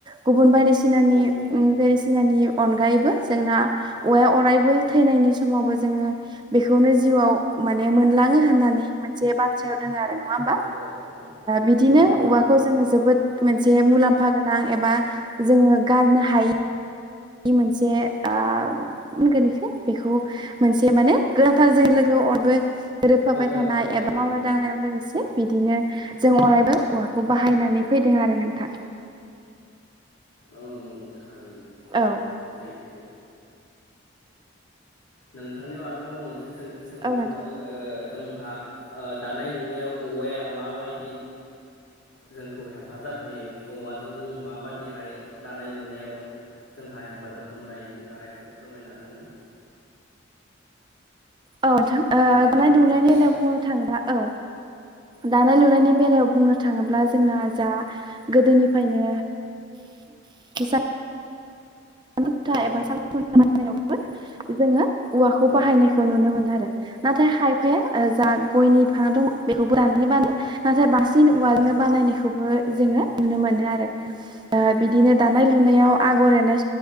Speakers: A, on the right; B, on the left.
A: गुबुन बायदिसिनानि
B: औ नंगौ
A: बायदिसिनानि अनगायैबो जोंना औवाया अरायबो थैनायनि समावबो जोङो बेखौनो जिउआव माने मोनलाङो होननानै मोनसे बाथ्रायाव दं दङो आरो नङा होमबा
B: औ औ
A: बिदिनो
B: दङ दङ
A: औवाखौ
B: दङ
A: जोङो
B: दङ
A: जोबोद
B: औ
A: मोनसे मुलाम्फा गोनां एबा जोङो गारनो हायि बे मोनसे होनगोन बेखौ बेखौ मोनसे माने गोनांथार जों लोगोआव अरायबो गोरोबफाबाय
B: औ गोनांथार
A: थानाय एबा
B: औ
A: मावनाय
B: औ
A: दांनायाव लोगोसे बिदिनो जों अरायबो औवाखौ बाहायनानै फैदों आरो नोंथां
B: औ नंगौ थारैनो
A: औ
B: नंगौ सैथो नोंथांनियाव आरो बाव मोनसे सोंथि सोंबावनो
A: औ नोंथां
B: लादों जोंहा ओ दानाय लुनायाव औवाया माबायदि जोंखौ हेफाजाब होयो औवाजों जों माबादिहाय दानाय लुनायाव जोंहा हेफाजाब मोननाय नोंथाङा एसे फोरमायनो हागोन ना?
A: औ नोथां
B: खोनादोंना
A: दानाय लुनायनि
B: नोंथां
A: बेलायाव बुंनो थाङा औ दानाय लुनायनि बेलायाव बुंनो थाङोब्ला
B: औ
A: जोंना जा गोदोनिफ्रायनो <unintelligible> खुन्था
B: औ
A: एबा सालखुन्था बानायनायावबो जोङो औवाखौ
B: औ
A: बाहायनायखौ नुनो मोनो आरो नाथाय हायफाया जा गयनि
B: औ
A: बिफाङा दं बेखौबो दानहै बानो नाथाय बांसिन
B: औ
A: औवाजोंनो बानायनायखौबो
B: औ
A: जोङो
B: औ
A: नुनो मोनो आरो बिदिनो दानाय लुनायाव
B: औ
A: आगर एनाय